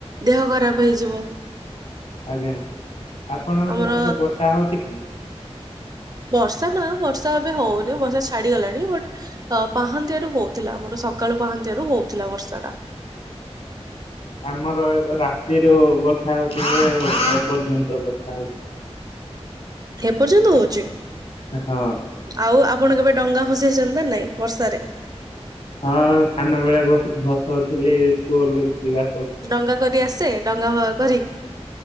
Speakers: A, on the right; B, on the left.
A: ଦେହ ଖରାପ ହେଇଯିବ।
B: ଆଜ୍ଞା, ଆପଣ
A: ଆମର
B: ସେପଟେ ବର୍ଷା ହଉଚି କି?
A: ବର୍ଷା ନା ବର୍ଷା ଏବେ ହଉନି ବର୍ଷା ଛାଡିଗଲାଣି ବଟ୍ ଅ ପାହାନ୍ତିଆ ରୁ ହଉଥିଲା ଆମର ସକାଳୁ ପାହାନ୍ତିଆ ରୁ ହଉଥିଲା ବର୍ଷା ଟା।
B: ଆମର ଏବେ ରାତିରୁ ବର୍ଷା ହଉଚି ଯେ ଏପର୍ଯ୍ୟନ୍ତ ବର୍ଷା ହଉଚି।
A: ଏପର୍ଯ୍ୟନ୍ତ ହଉଚି?
B: ହଁ।
A: ଆଉ ଆପଣ କେବେ ଡଙ୍ଗା ଭସେଇଚନ୍ତି ନା ନାଇଁ ବର୍ଷାରେ?
B: ହଁ ସାନବେଳେ ଭସ୍ ଭସଉଥିଲି ସ୍କୁଲ କୁଯିବା
A: ଡଙ୍ଗା କରି ଆସେ ଡଙ୍ଗା ଫଙ୍ଗା କରି?